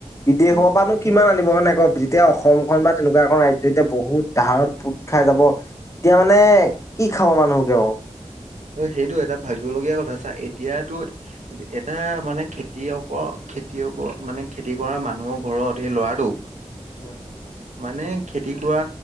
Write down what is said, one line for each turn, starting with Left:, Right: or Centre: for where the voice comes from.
Left: বিদেশৰ
Right: অ
Left: পানো কিমান আনিব হয় নে যেতিয়া অসমখন বা তেনেকুৱা এখন ৰাজ্য যেতিয়া বহুত ধাৰত পোট খাই যাব এতিয়া মানে কি খাব মানুহকে বাও
Right: অ সেইটো এটা ভাবিব লগীয়া কথা চা এতিয়াতো এটা মানে খেতিয়কৰ খেতিয়কৰ মানে খেতি কৰা মানুহৰ ঘৰত সেই লৰাটোক
Left: উম
Right: মানে খেতি কৰা